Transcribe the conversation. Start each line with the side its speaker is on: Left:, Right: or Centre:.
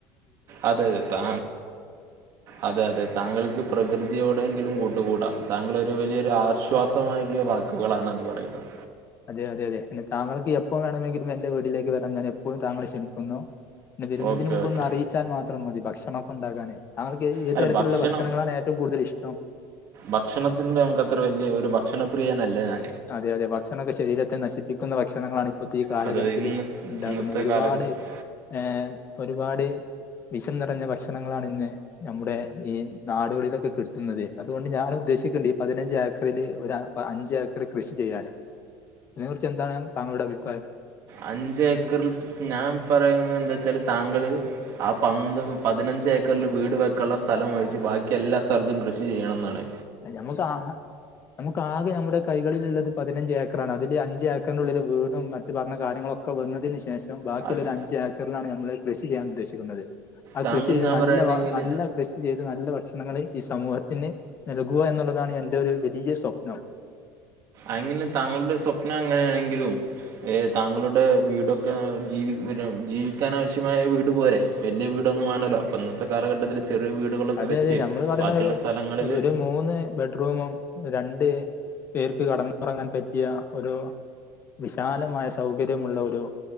Right: അതെ അതെ താ അതെ അതെ താങ്കൾക്ക് പ്രകൃതിയോടെങ്കിലും കൂട്ട് കൂട താങ്കളൊരു വലിയൊരു ആശ്വാസമാകിയ വാക്കുകളാണ് അത് പറയുന്നത്
Left: അതെ അതെ അതെ പിന്നെ താങ്കൾക്ക് എപ്പോൾ വേണമെങ്കിലും എന്റെ വീട്ടിലേക്ക് വരാം ഞാൻ എപ്പഴും താങ്കളെ ക്ഷണിക്കുന്നു പിന്നെ വരുന്നതിന്
Right: ഓക്കെ
Left: മുമ്പ്
Right: ഓക്കെ
Left: ഒന്ന് അറിയിച്ചാൽ മാത്രം മതി ഭക്ഷണം ഒക്കെ ഉണ്ടാക്കാനേ താങ്കൾക്ക് ഏത്
Right: അല്ല
Left: തരത്തിലുള്ള
Right: ഭക്ഷണം
Left: ഭക്ഷണങ്ങളാണ് ഏറ്റവും കൂടുതൽ ഇഷ്ടം
Right: ഭക്ഷണത്തിനോട് നമുക്ക് അത്ര വലിയ ഒരു ഭക്ഷണപ്രിയനല്ല ഞാൻ
Left: അതെ അതെ ഭക്ഷണൊക്കെ ശരീരത്തെ നശിപ്പിക്കുന്ന ഭക്ഷണങ്ങളാണ് ഇപ്പത്തെ ഈ കാലഘട്ടത്തില്
Right: അത് ഇന്ന്
Left: ഉണ്ടാക്കുന്നത്
Right: ഇന്നത്തെ
Left: ഒരുപാട്
Right: കാലഘട്ടത്തിൽ
Left: ഏ ഒരുപാട് വിഷം നിറഞ്ഞ ഭക്ഷണങ്ങളാണ് ഇന്ന് ഞമ്മുടെ ഈ നാടുകളിലൊക്കെ കിട്ടുന്നത് അതുകൊണ്ട് ഞാൻ ഉദ്ദേശിക്കണ്ട് ഈ പതിനഞ്ച് ഏക്കറിൽ ഒരു അഞ്ചേക്കർ ക്കറി കൃഷി ചെയ്യാനും അതിനെക്കുറിച്ച് എന്താണ് താങ്കളുടെ അഭിപ്രായം
Right: അഞ്ച് ഏക്കറിൽ ഞാൻ പറയുന്നത് എന്താച്ചാല് താങ്കള് ആ പന്ത് പതിനഞ്ച് ഞ്ച് ഏക്കറിൽ വീട് വെക്കള്ള സ്ഥലം ഒയിച്ച് ബാക്കി എല്ലാ സ്ഥലത്തും കൃഷി ചെയ്യണംമെന്നാണ്
Left: ഞമ്മുക്ക് ആ നമുക്ക് ആകെ നമ്മുടെ കൈകളിലുള്ളത് പതിനഞ്ച് ഏക്കറാണ് അതില് അഞ്ച് ഏക്കറിനുള്ളിൽ വീടും മറ്റ് പറഞ്ഞ കാര്യങ്ങളൊക്കെ വന്നതിന് ശേഷം ബാക്കിയുള്ള
Right: അത്
Left: ഒരു അഞ്ച് ഏക്കറിലാണ് ഞമ്മള് കൃഷി ചെയ്യാൻ ഉദ്ദേശിക്കുന്നത് ആ
Right: താങ്കൾ
Left: കൃഷി ചെയ്ത്
Right: ഞാൻ
Left: നല്ല
Right: പറയണെങ്കിൽ
Left: നല്ല കൃഷി ചെയ്ത് നല്ല ഭക്ഷണങ്ങള് ഈ സമൂഹത്തിന് നൽകുക എന്നുള്ളതാണ് എന്റെ ഒരു വലിയ സ്വപ്നം
Right: അങ്ങനെ താങ്കളുടെ സ്വപ്നം അങ്ങനെയാണെങ്കിലും ഏ താങ്കളുടെ വീടൊക്കെ ജീവി ജീവിക്കാനാവശ്യമായ വീട് പോരെ വലിയ വീട് ന്നും വേണ്ടല്ലോ പ്പൊ ഇന്നത്തെ കാലഘട്ടത്തിൽ ചെറിയ വീടുകളൊക്കെ
Left: അതെ
Right: വെച്ച്
Left: അതെ നമ്മള് പറയണ
Right: ബാക്കിയുള്ള സ്ഥലങ്ങളിൽ
Left: ഒരു മൂന്ന് ബെഡ്റൂമും രണ്ട് പേർക്ക് കെടന്നൊറങ്ങാൻ പറ്റിയ ഒരു വിശാലമായ സൗകര്യമുള്ള ഒരു